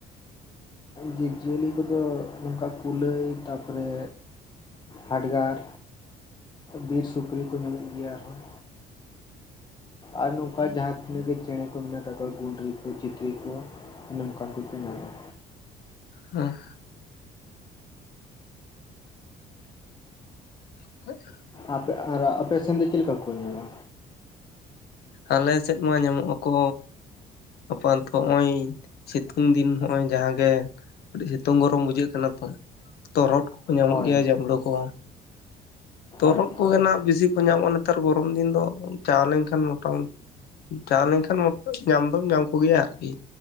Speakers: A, on the left; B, on the left.
A: ᱡᱤᱵᱽ ᱡᱤᱭᱟᱹᱞᱤ ᱠᱚᱫᱚ ᱱᱚᱝᱠᱟ ᱠᱩᱞᱟᱹᱭ ᱛᱟᱨᱯᱚᱨᱮ ᱦᱟᱰᱜᱟᱨ, ᱵᱤᱨ ᱥᱩᱠᱨᱤ ᱠᱚ ᱧᱟᱢᱚᱜ ᱜᱮᱭᱟ ᱟᱨ ᱦᱚᱸ᱾ ᱟᱨ ᱱᱚᱝᱠᱟ ᱡᱟᱸᱦᱟᱸ ᱛᱤᱱᱟᱹᱜ ᱜᱮ ᱪᱮᱬᱮ ᱠᱚ ᱢᱮᱱᱟᱜ ᱠᱟᱜ ᱠᱚᱣᱟ ᱜᱩᱸᱰᱨᱤ ᱠᱚ, ᱪᱤᱛᱨᱤ ᱠᱚ, ᱱᱚᱝᱠᱟ ᱠᱚᱠᱚ ᱧᱟᱢᱚᱜᱼᱟ᱾
B: ᱦᱮᱸ <inaudible>
A: ᱟᱯᱮ ᱟᱨ ᱟᱯᱮ ᱥᱮᱱ ᱫᱚ ᱪᱮᱫ ᱞᱮᱠᱟ ᱠᱚ ᱧᱟᱢᱟ?
B: ᱟᱞᱮ ᱥᱮᱫ ᱢᱟ ᱧᱟᱢᱚᱜ ᱟᱠᱚ᱾ ᱟᱯᱟᱱᱚᱛᱚ ᱦᱚᱸᱜ-ᱚᱭ ᱥᱤᱛᱩᱝ ᱫᱤᱱ ᱦᱚᱸᱜ-ᱚᱭ ᱡᱟᱦᱟᱸᱜ ᱜᱮ᱾ ᱟᱹᱰᱤ ᱥᱤᱛᱩᱝ ᱜᱚᱨᱚᱢ ᱵᱩᱡᱷᱟᱹᱜ ᱠᱟᱱᱟ ᱛᱚ ᱛᱚᱨᱦᱚᱫ ᱠᱚᱠᱚ ᱧᱟᱢᱚᱜ
A: ᱦᱳᱭ
B: ᱜᱮᱭᱟ ᱡᱟᱸᱢᱵᱩᱲᱩ ᱠᱚ᱾ ᱛᱚᱨᱦᱚᱫ
A: ᱟᱪᱪᱷᱟ
B: ᱠᱚᱜᱮ ᱱᱟᱜ ᱵᱮᱥᱤ ᱠᱚ ᱧᱟᱢᱚᱜ-ᱟ, ᱱᱮᱛᱟᱨ ᱜᱚᱨᱚᱢ ᱫᱤᱱ ᱫᱚ ᱪᱟᱣ ᱞᱮᱱᱠᱷᱟᱱ <inaudible> ᱪᱟᱣ ᱞᱮᱱᱠᱷᱟᱱ <inaudible> ᱧᱟᱢ ᱫᱚᱢ ᱧᱟᱢ ᱠᱚᱜᱮᱭᱟ ᱟᱨᱠᱤ